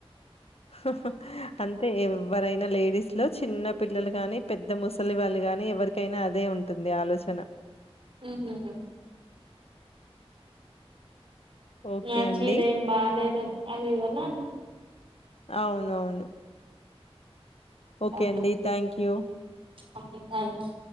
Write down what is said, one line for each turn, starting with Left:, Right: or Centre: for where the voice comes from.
Left: హా హా హ్మ్ ఆంథే ఎమ్ ఎవరైనా లేడీస్ లో చిన్న పిల్లలు గాని పెద్ద ముసలి వాళ్ళు గాని ఎవరికైనా అదే ఉంటుంది ఆలోచన
Right: ఉమ్మ్
Left: ఓకే
Right: ఆ
Left: అండి
Right: చీరేం బాలేదు ఆది ఎధి అనా
Left: అవునవును ఓకే
Right: ట
Left: అండి thank you
Right: okay thank you